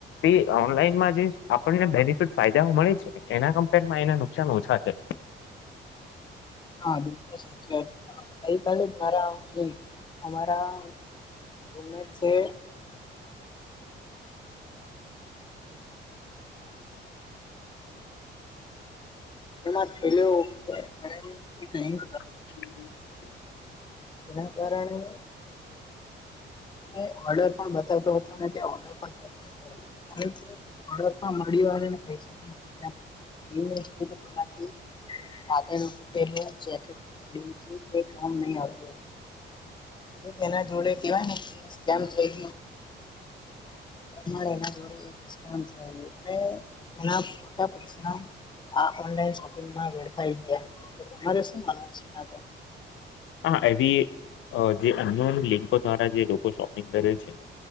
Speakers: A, on the left (about 75°); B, on the left (about 25°).
A: તે ઓનલાઈનમાં જે આપણને બેનિફિટ ફાયદાઓ મળે છે એના કમ્પેરમાં એના નુકસાન ઓછા છે
B: હા બિલકુલ સાચી વાત અ ગઈકાલે જ મારા નય અમારા <unintelligible> <unintelligible> પરંતુ એમાં એલુ <unintelligible> એ કઈ
A: <inaudible>
B: જેના કારણે તેને ઓર્ડર પણ બતાવતો હતો અને ત્યાં ઓર્ડર પણ ચક કરતો ઓર્ડર પણ મળીને પૈસા પણ <unintelligible> ફાટેલું જેકેટ નીકળ્યું છે કામ નહી આવતું તેના જોડે કેવાયને સ્કેમ થઈ ગયું <unintelligible> એના જોડે એક સ્કેમ થયું અને તેના ખોટા પૈસા ઓનલાઈન શોપિંગમાં વેડફાઈ ગયા તો તમારે શું માનવું છે આ તો
A: હા એવી જે અનનોન લિકો દ્વારા જે લોકો શોપિંગ કરે છે